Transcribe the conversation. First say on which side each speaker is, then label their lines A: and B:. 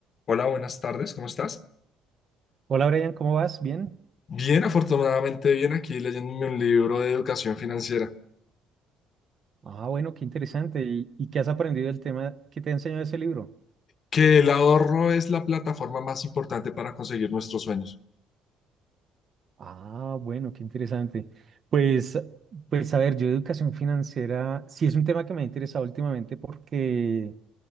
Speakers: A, on the left (about 40°); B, on the right (about 40°).
A: Hola, buenas tardes, ¿cómo estás?
B: Hola Brian, ¿cómo vas? ¿Bien?
A: Bien, afortunadamente bien, aquí leyéndome un libro de educación financiera,
B: Ah, bueno, qué interesante. ¿Y, y qué has aprendido del tema que te ha enseñado ese libro?
A: que el ahorro es la plataforma más importante para conseguir nuestros sueños.
B: Ah, bueno, qué interesante. Pues, pues a ver, yo educación financiera sí es un tema que me ha interesado últimamente porque